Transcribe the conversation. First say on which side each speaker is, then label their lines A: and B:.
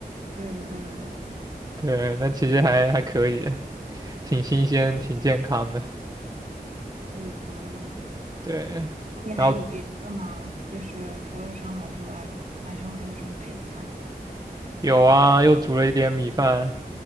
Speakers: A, on the right; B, on the right.
A: 对的，对的，对的，
B: 对，那其实还还可以，挺新鲜，挺健康的。
A: 是的。那
B: 对，
A: 你还有别的吗？
B: 然后
A: 就是除了生蚝之外，晚上还有什么配菜？
B: 有啊，又煮了一点米饭，